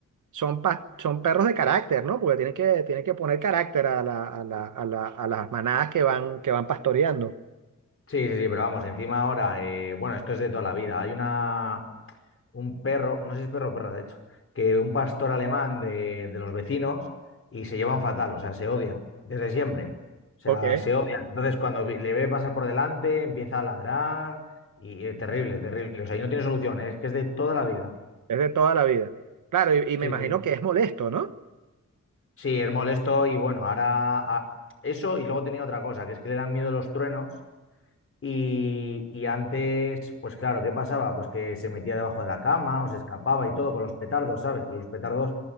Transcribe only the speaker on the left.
sí, sí, sí, pero vamos, encima ahora, eh, bueno, esto es de toda la vida. Hay una, un perro, no sé si es perro o perra, de hecho, que un pastor alemán de, de los vecinos y se llevan fatal, o sea, se odian desde siempre. O sea,
se odian. Entonces, cuando vi- le ve pasar por delante, empieza a ladrar y es terrible, terrible. O sea, y no tiene solución, ¿eh? Es que es de toda la vida.
Sí,
sí. Sí,
Sí, es molesto y bueno, ahora a- eso y luego tenía otra cosa, que es que le dan miedo los truenos Y, y antes, pues claro, ¿qué pasaba? Pues que se metía debajo de la cama o se escapaba y todo con los petardos, ¿sabes? Que los petardos